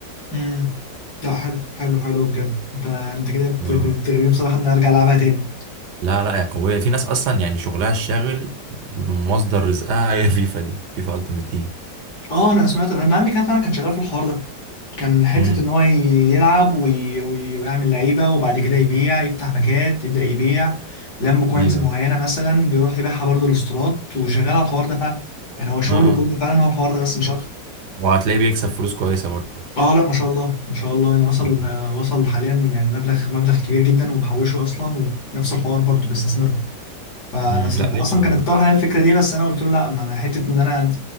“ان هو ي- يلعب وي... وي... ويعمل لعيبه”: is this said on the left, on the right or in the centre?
Left